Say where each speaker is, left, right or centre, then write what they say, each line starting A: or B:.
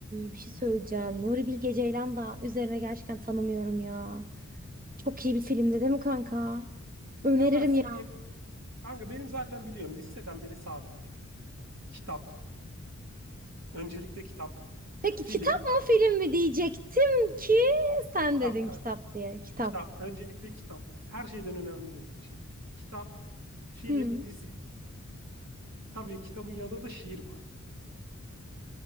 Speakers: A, on the right (about 30°); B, on the right (about 60°).
A: bir şey söyleyeceğim. Nuri Bilge Ceylan da üzerine gerçekten tanımıyorum ya. Çok iyi bir filmdi değil mi kanka? Öneririm
B: Ya ben film
A: ya.
B: Kanka benim zaten biliyorum liseden beri sabit benim. Kitap. Öncelikle kitap,
A: Peki
B: film,
A: kitap mı film mi diyecektim ki sen
B: kitap
A: dedin
B: galiba.
A: kitap diye. Kitap.
B: Kitap, öncelikle kitap. Her şeyden önemli benim için. Kitap, film,
A: Hmm.
B: dizi. Tabii kitabın yanında da şiir var.